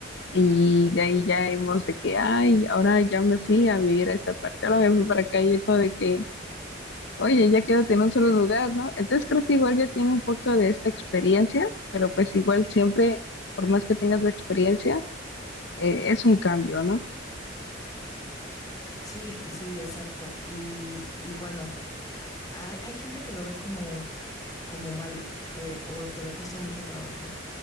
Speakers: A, on the left; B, on the left.
A: y de ahí ya hemos de que, ay, ahora ya me fui a vivir a esta parte, ahora me fui para acá y yo como de que, oye, ya quédate en un solo lugar, ¿no? Entonces creo que igual ya tiene un poco de esta experiencia, pero pues igual siempre, por más que tengas la experiencia, eh, es un cambio, ¿no?
B: Sí, sí, exacto. Y, y bueno, Hay, hay gente que lo ve como, como malo, que, o que le cuesta mucho trabajo.